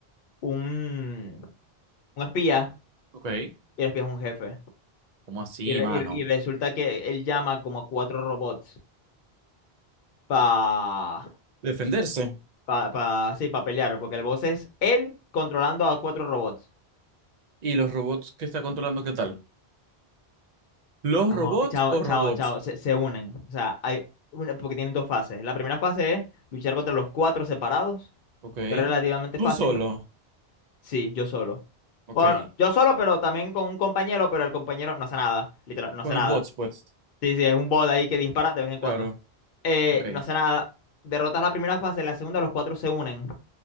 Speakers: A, on the left; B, on the right.
A: un, un espía
B: Ok.
A: y el espía es un jefe.
B: ¿Cómo así,
A: Y, re-
B: mano?
A: y re- y resulta que él llama como a cuatro robots para
B: defenderse.
A: pa, pa- sí, pa pelear, porque el boss es él controlando a cuatro robots.
B: ¿Y los robots que está controlando qué tal? ¿Los
A: Chamo,
B: robots
A: chao,
B: o
A: chao,
B: robots?
A: chao, se, se unen. O sea, hay una, porque tienen dos fases. La primera fase es luchar contra los cuatro separados,
B: Ok.
A: que es relativamente
B: Tú
A: fácil.
B: solo.
A: Sí, yo solo.
B: Ok.
A: Bueno, yo solo, pero también con un compañero, pero el compañero no hace nada, literal, no
B: Con
A: hace nada.
B: los bots, pues.
A: Sí, sí, es un bot ahí que dispara de vez en cuando.
B: Claro.
A: Eh,
B: Ok.
A: no hace nada. Derrotas la primera fase, la segunda los cuatro se unen,